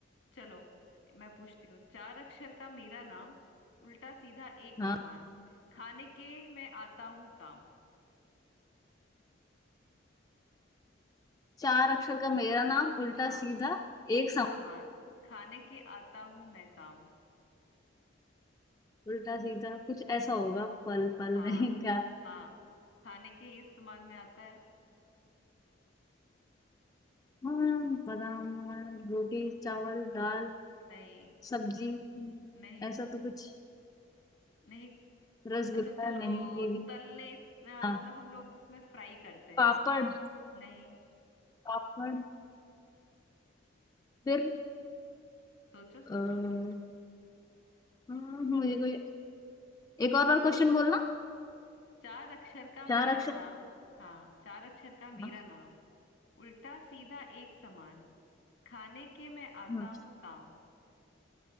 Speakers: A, on the left (about 70°); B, on the left (about 20°).
A: चलो मैं पूछती हूँ चार अक्षर का मेरा नाम उल्टा सीधा एक
B: हाँ
A: समान खाने के मैं आता हूँ काम
B: चार अक्षर का मेरा नाम उल्टा
A: हाँ
B: सीधा एक
A: एक
B: सम
A: समान खाने के आता हूँ मैं काम
B: उल्टा सीधा कुछ ऐसा होगा पल पल
A: हाँ
B: नहीं क्या
A: हाँ खाने के ही इस्तेमाल में आता है
B: हाँ बादाम रोटी चावल दाल
A: नहीं
B: सब्जी
A: नहीं
B: ऐसा तो कुछ
A: नहीं
B: रसगुल्ला
A: अच्छा चलो
B: नहीं ये भी
A: तलने अ,
B: हाँ
A: मतलब हम लोग इसमें फ्राई करते हैं
B: पापड़
A: नहीं
B: पापड़ फिर
A: सोचो सोचो
B: अ, हाँ, मुझे कोई एक और बार क्वेश्चन बोलना
A: चार अक्षर का मेरा
B: चार अक्षर
A: नाम हाँ चार अक्षर का मेरा
B: हाँ
A: नाम उल्टा सीधा एक समान खाने के मैं आता
B: हाँ
A: हूँ काम